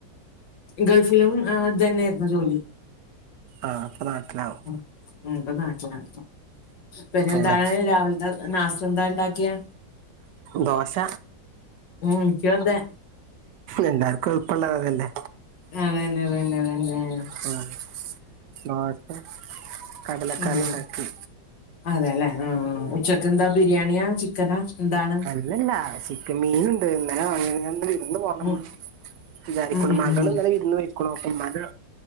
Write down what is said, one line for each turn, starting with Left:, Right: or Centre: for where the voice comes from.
Left: ഗൾഫിലും ആഹ് ഇതെന്നായിരുന്നോ ജോലി
Right: ആഹ് നാട്ടിലാവും
Left: ഉം ഇപ്പ നാട്ടിലാ പിന്നെന്താണ്
Right: ഏഹ്
Left: രാവിലത്തെ നാസ്തെന്താ ഇണ്ടാക്കിയെ
Right: ദോശ
Left: എനിക്കും അതെ
Right: എല്ലാർക്കും എളുപ്പള്ളതതല്ലേ
Left: അതെന്നതെന്നതെന്നെ
Right: ആഹ് <unintelligible>
Left: ആഹ
Right: ഉണ്ടാക്കി
Left: അതെല്ലേ ആ ഉച്ചക്കെന്താ ബിരിയാണിയാ ചിക്കനാ എന്താണ്
Right: ഇല്ലല്ല ചിക്കൻ മീന് ഉണ്ട് ഇന്നലെ വാങ്ങിയത് വിരുന്ന് പോണം
Left: ഉം
Right: വിചാരിക്ണ്ട്
Left: ഉം ഉം
Right: മകള്
Left: ഉം
Right: ഇന്നലെ വീരുന്ന് പോയിരിക്കണു ഉമ്മാന്റെ